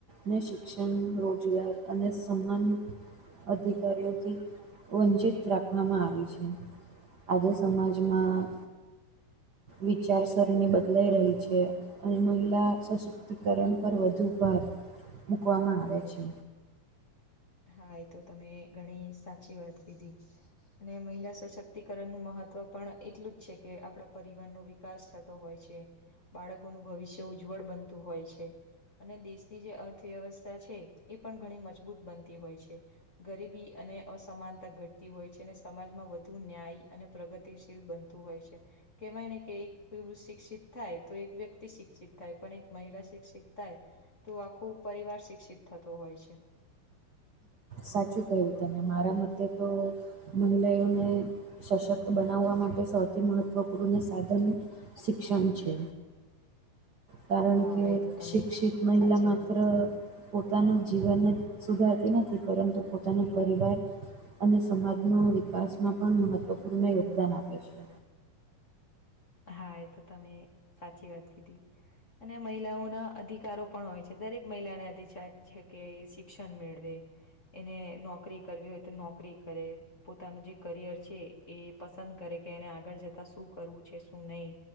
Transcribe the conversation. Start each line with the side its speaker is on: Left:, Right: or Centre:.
Right: ને શિક્ષણ રોજગાર અને સમાન અધિકારીઓથી વંચિત રાખવામાં આવી છે આજે સમાજમાં વિચારસરણી બદલાઈ રહી છે અને મહિલા સશક્તિકરણ પર વધુ ભાર મૂકવામાં આવે છે
Left: હા એ તો તમે ઘણી સાચી વાત કીધી અને મહિલા સશક્તિકરણનું મહત્વ પણ એટલું જ છે કે આપણા પરિવારનો વિકાસ થતો હોય છે બાળકોનું ભવિષ્ય ઉજ્જવળ બનતું હોય છે અને દેશની જે અર્થવ્યવસ્થા છે એ પણ ઘણી મજબૂત બનતી હોય છે ગરીબી અને અસમાનતા ઘટતી હોય છે અને સમાજમાં વધુ ન્યાય અને પ્રગતિ છે બનતું હોય છે કહેવાય ને કે એક પુરુષ શિક્ષિત થાય તો એક વ્યક્તિ શિક્ષિત થાય પણ એક મહિલા શિક્ષિત થાય તો આખો પરિવાર શિક્ષિત થતો હોય છે
Right: સાચું કહ્યું તને મારા મતે તો મહિલાઓને સશક્ત બનાવવા માટે સૌથી મહ ત્વ પૂર્ણ સાધન શિક્ષણ છે. કારણ
Left: હા
Right: કે
Left: એ તો તમે
Right: શિક્ષિત મહિલા
Left: સાચી
Right: માત્ર
Left: વાત કીધી.
Right: પોતાનું જીવન સુધારતી નથી પરંતુ પોતાનો પરિવાર અને સમાજનો વિકાસમાં પણ મહત્વપૂર્ણ યોગદાન આપે છે.
Left: હા એ તો તમે સાચી વાત કીધી અને મહિલાઓના અધિકારો પણ હોય છે દરેક મહિલાને અધીચાર છે કે શિક્ષણ મેળવે એને નોકરી કરવી હોય તો નોકરી કરે પોતાનું જે કરિયર છે એ પસંદ કરે કે એને આગળ જતા શું કરવું છે શું નહી